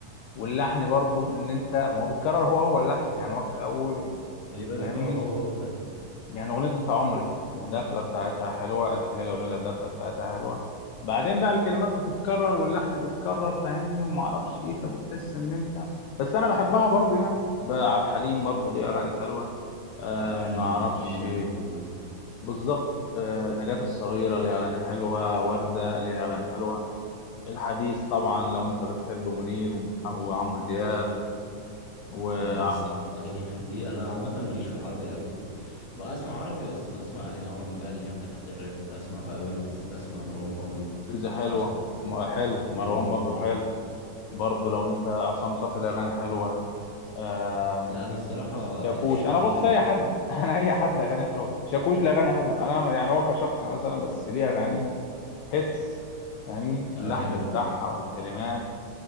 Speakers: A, on the left; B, on the left.
A: واللحن برضو ان انت ما هو بيتكرر هو هو اللحن يعني هو في الاول و-
B: خلي بالك
A: فاهمني
B: اه هو هو فاهم
A: يعني اغنية انت عمري الدخلة بتاعتها حلوة الف ليلة وليلة الدخلة بتاعتها حلوة بعدين بقى الكلمات بتتكرر واللحن بيتكرر فاهمني وما اعرفش ايه فبتحس ان انت بس انا بحبها برضو يعني بقى عبد الحليم برضو ليه اغاني حلوة آه
B: عبد الحليم
A: ما اعرفش
B: عبد الحليم ليه اغاني حلوه
A: بالظبط آه، نجاة الصغيرة ليها أغاني حلوة وردة ليها أغاني حلوة الحديث طبعا لو أنت بتحب منير ومح- وعمرو دياب وويجز
B: لا انا الصراحه الاغاني دي انا عامه ماليش في العربي قوي بقى اسمع عربي بس بسمع اغاني عربي بقى اللي هي بتاعت الراب اسمع بقى ويجز اسمع مروان بابلو
A: حلوة
B: اسمع
A: م- حلو
B: زياد
A: مروان
B: زازا
A: بابلو حلو برضه لو أنت عصام صاصا ليه أغاني حلوة آم،
B: لا انا الصراحه
A: شاكوش
B: الشعبي
A: أنا بص
B: ماليش
A: أي
B: فيه
A: حد <laughs> أنا أي حد أغاني حلوة بس شاكوش ليه أغاني حلوة أنا ما- يعني هو كشخص مثلا بس ليه أغاني هيتس فاهمني اللحن
B: ايوه
A: بتاعها
B: فاهم
A: والكلمات